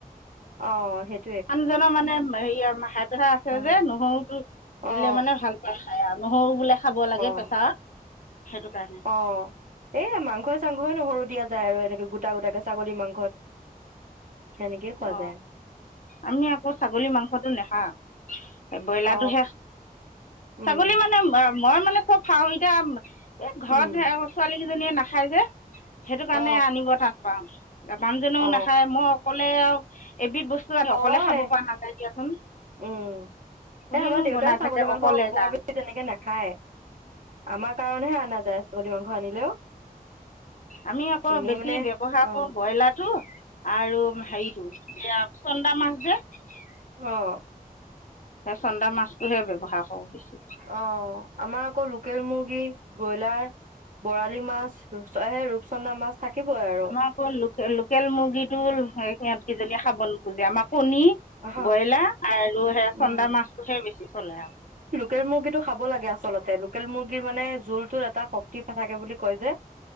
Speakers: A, on the right; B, on the left.
A: অ সেইটো
B: মানুহজনৰ মানে হেৰী অহ হাই প্ৰেচাৰ আছে
A: অ
B: যে, নহৰুতটো
A: অ
B: দিলে মানে ভাল পায় খাই আৰু। নহৰু বোলে খাব লাগে প্ৰেছাৰত।
A: অ
B: সেইটো কাৰণে
A: অ এ মাংসই চাংঘই নহৰু দিয়া যায় আৰু এনেকে গোটা গোটাকে ছাগলী মাংসত। সেনেকেই খোৱা
B: অ
A: যায়
B: আমি আকৌ ছাগলী মাংসটো নেখাওঁ। ব্ৰইলাৰটোহে,
A: অ উম
B: ছাগলী মানে মই মানে চব খাওঁ, এতিয়া এ ঘৰত
A: উম
B: ছোৱালী কিজনীয়ে নাখায় যে। সেইটো
A: অ
B: কাৰণে আনিব টান পাওঁ। মানুহজনো
A: অ
B: নাখায় মই অকল হে আৰু এবিধ বস্তু আনি
A: হয়।
B: অকলে খাব পৰা নাযায় দিয়াচোন
A: উম,
B: কোনেনো
A: এ আমাৰ দেউতাও
B: বনাই
A: ছাগলী
B: থাকে
A: মাংস
B: অকলে
A: বৰ
B: কাৰণে
A: বেছি তেনেকে নাখায়, আমাৰ কাৰণেহে আনাযায়। ছাগলি মাংস আনিলেও।
B: আমি আকৌ
A: এনেই
B: বেছি
A: মানে
B: ব্যৱহাৰ
A: অ
B: কৰো ব্ৰইলাৰটো আৰু হেৰিটো, চন্দা মাছ <unintelligible>
A: অহ
B: সেই চন্দা মাছটোহে ব্যৱহাৰ কৰোঁ বেছি
A: অ আমাৰ আকৌ লোকেল মুৰ্গী ব্ৰইলাৰ, বৰালি মাছ, সেই ৰূপচন্দা মাছ থাকিবই আৰু
B: আমাৰ আকৌ লোক লোকেল মুৰ্গীটো সিহঁত কেইজনীয়ে খাব ন আমাক কণী
A: অ
B: ব্ৰইলাৰ আৰু সে
A: উম
B: চন্দা মাছটোহে বেছি চলে আৰু।
A: লোকেল মুৰ্গীটো খাব লাগে আচলতে লোকেল মুৰ্গীৰ মানে জোলটোত এটা শক্তিথাকে বুলি কয় যে।